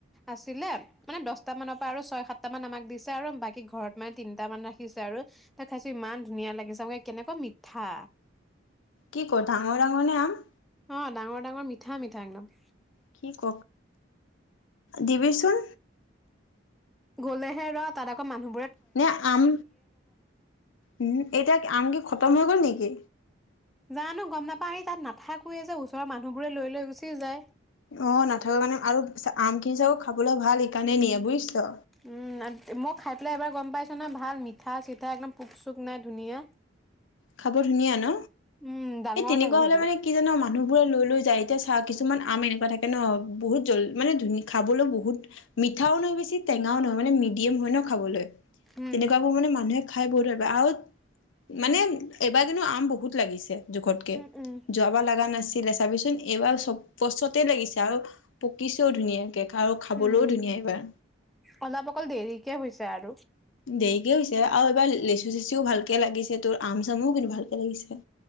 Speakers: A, in the centre; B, on the left.
A: আছিলে মানে দহটা মানৰ পৰা আৰু ছয় সাতটা মান আমাক দিছে আৰু বাকী ঘৰত মানে তিনট মান ৰাখিছে আৰু ত খাইছো ইমান ধুনীয়া লাগিছে ম কেনেকুৱা মিঠা।
B: কি ডাঙৰ ডাঙৰ নে আম?
A: অঁ, ডাঙৰ ডাঙৰ মিঠা মিঠা একদম।
B: কি ক দিবিচোন।
A: গ'লেহে ৰ তাত আকৌ মানুহ।
B: নে আম, উম এতিয়া আম কি খতম হৈ গ'ল নেকি?
A: জানো গম নাপাও তাত নাথাকোৱয়ে যে ওচৰৰ মানুহবোৰে লৈ লৈ গুচি যায়।
B: অ, নাথাককা কাৰণে আৰু আমখিনি চাবো খাবলৈ ভাল সেইকাৰণে নিয়ে বুজিছ।
A: উম, মই খাই পেলাই এবাৰ গম পাইছো না ভাল মিঠা চিঠা একদম পোক চোক নাই ধুনীয়া।
B: খাব ধুনীয়া ন,
A: উম ডাঙৰ
B: এই তেনেকুৱা
A: ডাঙৰ
B: হলে
A: সেইটো
B: মানে কি জানো মানুহ বোৰে লৈ লৈ যায় এতিয়া চাহ কিছুহ কিছুমান আম এনেকুৱা থাকে ন বহুত জ মানে ধু খাবলৈ বহুত মিঠাও নহয় বেছি টেঙাও নহয় মানে মিডিয়াম হয় ন খাবলৈ।
A: উম
B: তেনেকুৱাবোৰ মানে মানুহে। খাই বহত ধিব আৰু মানে <unintelligible> এইবাৰ কিন্তু আম বহুত লাগিছে। জোখতকে,
A: উম উম
B: যাবাৰ লগা নাছিল। দিলে চাবিচোন, এইবাৰ চব গছতে লাগিছে আৰু। পকিছেও ধুনীয়াকে, আৰু খাবলৈও
A: উম
B: ধুনীয়া এইবাৰ।
A: অলপ অকল দেৰিকে হৈছে আৰু।
B: দেৰিকে হৈছে আৰু এইবাৰ লেচু চেচিও ভালকে লাগিছে তোৰ আম চামোও কিন্তু ভালকে লাগিছে।